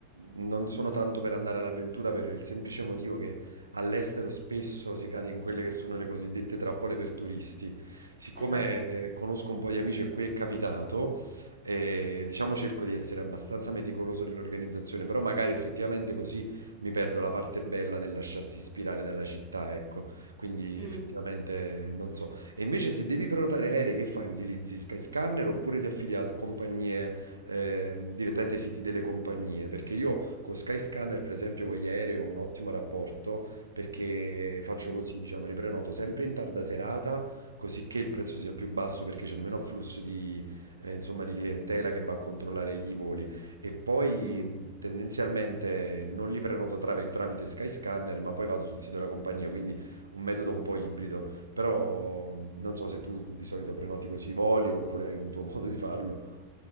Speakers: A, on the right (about 80°); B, in the centre.
A: non sono tanto per andare all'avventura per il semplice motivo che all'estero spesso si cade in quelle che sono le cosiddette trappole per turisti. Siccome
B: Esatto.
A: eh, conosco un po' di amici e qui è capitato, eh, diciamo cerco di essere abbastanza meticoloso nell'organizzazione, però magari effettivamente così mi perdo la parte bella del lasciarsi ispirare dalla città, ecco. Quindi
B: Mm,
A: effettivamente non so. E invece se devi prenotare aerei, che fai? Utilizzi Skyscanner oppure ti affidi a compagnie? ehm, direttamente ai siti delle compagnie, perché io con Skyscanner, per esempio, con gli aerei ho un ottimo rapporto perché faccio
B: mm,
A: così, diciamo, le prenoto sempre in tarda serata, così che il prezzo sia più basso perché c'è meno afflusso di, eh, insomma, di clientela che va a controllare i voli. E poi
B: mm.
A: mh, tendenzialmente non li prenoto tra- tramite Skyscanner, ma poi vado sul sito della compagnia, quindi un metodo un po' ibrido. Però mh, non so se tu di solito prenoti così i voli oppure hai un tuo <laughs> modo di farlo.